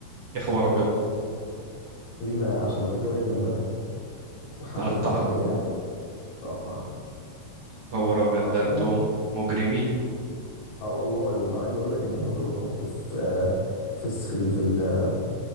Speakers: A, on the right; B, on the left.
A: يا خبر ابيض
B: ليه بقى عشان لو في طياره جت جنبها وحبت
A: تقطعها
B: ان هي تضايقها تقطعها
A: خبر ابيض
B: وعشان
A: ده انتم مجرمين
B: اه والله وعايز اقول لك ان احنا كنا بنحط في آه، في الس- في ال- في ال-